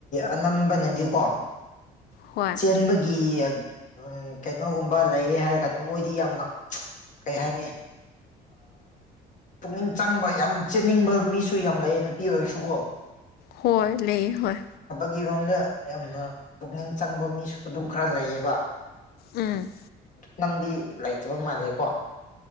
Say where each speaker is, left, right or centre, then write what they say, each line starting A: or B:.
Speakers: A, on the left; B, on the left.
A: ꯑꯅꯝꯕꯅꯗꯤꯀꯣ
B: ꯍꯣꯏ
A: ꯆꯦꯟꯕꯒꯤ ꯎꯝ ꯀꯩꯅꯣꯒꯨꯝꯕ ꯂꯩꯔꯦ ꯍꯥꯏꯔ ꯀꯥꯟꯗ ꯃꯣꯏꯗꯤ ꯌꯥꯝꯅ ꯀꯩ ꯍꯥꯏꯅꯤ ꯄꯨꯛꯅꯤꯡ ꯆꯪꯕ ꯌꯥꯝ ꯆꯦꯟꯅꯤꯡꯕ ꯃꯤꯁꯨ ꯁꯨ ꯌꯥꯝ ꯂꯩꯌꯦ ꯅꯨꯄꯤ ꯑꯣꯏꯔꯁꯨꯀꯣ
B: ꯍꯣꯏ ꯂꯩ ꯍꯣꯏ
A: ꯑꯩꯒꯤꯔꯣꯝꯗ ꯌꯥꯝꯅ ꯄꯨꯛꯅꯤꯡ ꯆꯪꯕ ꯃꯤꯁꯨ ꯑꯗꯨꯝ ꯈꯔ ꯂꯩꯌꯦꯕ
B: ꯎꯝ
A: ꯅꯪꯗꯤ ꯂꯩꯇꯕ ꯃꯥꯜꯂꯦꯀꯣ